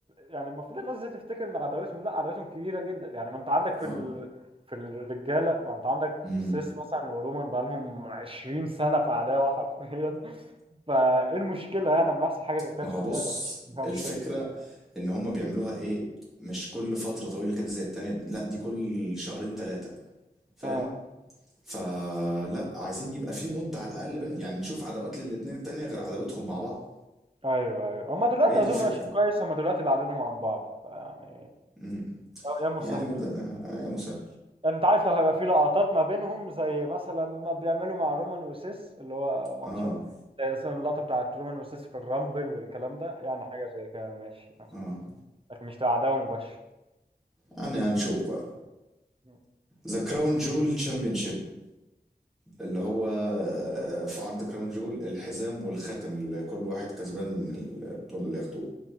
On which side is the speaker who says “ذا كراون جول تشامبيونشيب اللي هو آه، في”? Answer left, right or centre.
Centre